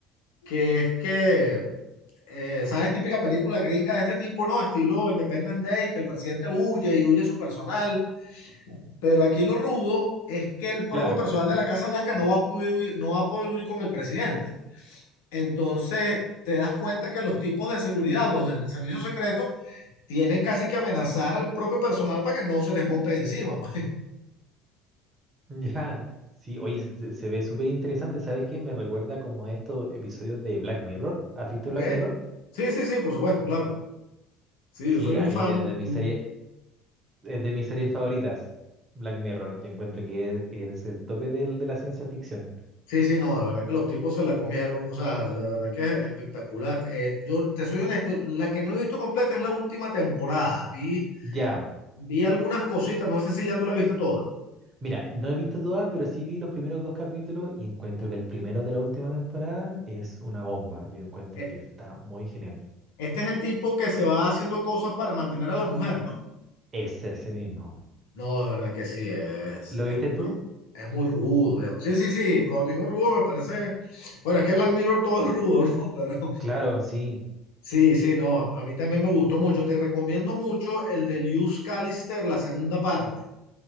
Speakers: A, on the left (about 75°); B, on the right (about 40°).
A: que es que, eh, ¿sabes? Típica película gringa de este tipo, ¿no? Estilo Independent Day, que el presidente huye y huye su personal. Pero aquí lo rudo es que el propio
B: claro.
A: personal de la Casa Blanca no va a poder huir- no va a poder huir con el presidente. Entonces, te das cuenta que los tipos de seguridad, los del servicio secreto, tienen casi que amenazar al propio personal para que no se les monten encima, pues, <laughs>
B: <laughs> Ya. Sí, oye, se, se- se ve súper interesante. ¿Sabes qué? Me recuerda como a estos episodios de Black Mirror. ¿Has visto
A: ¿ok?
B: Black Mirror?
A: Sí, sí, sí, por supuesto, claro. Sí,
B: Sí,
A: yo soy
B: a
A: un
B: mí
A: fan.
B: de, de mi
A: un-
B: serie, es de mis series favoritas, Black Mirror. Yo encuentro que es, es el tope del- de la ciencia ficción.
A: Sí, sí, no, de verdad que los tipos se la comieron, o sea, de verdad que es espectacular. Eh, yo te soy honesto, la que no he visto completa es la última temporada. Vi,
B: Ya.
A: vi algunas cositas, no sé si ya tú la viste toda.
B: Mira, no he visto toda, pero sí vi los primeros dos capítulos y encuentro que el primero de la última temporada es una bomba. Yo encuentro
A: Eh,
B: que está muy genial.
A: este es el tipo que se va haciendo cosas para mantener a la mujer, ¿no?
B: Es ese mismo.
A: No, de verdad que sí, es,
B: ¿Lo viste
A: es
B: tú?
A: muy, es muy rudo, viejo. Sí, sí, sí, cuando te digo rudo me parece, bueno, es que Black Mirror todo es rudo, <laughs> ¿no? Pero
B: Claro, sí.
A: sí, sí, no, a, a mí también me gustó mucho. Te recomiendo mucho el de Luz Callister, la segunda parte.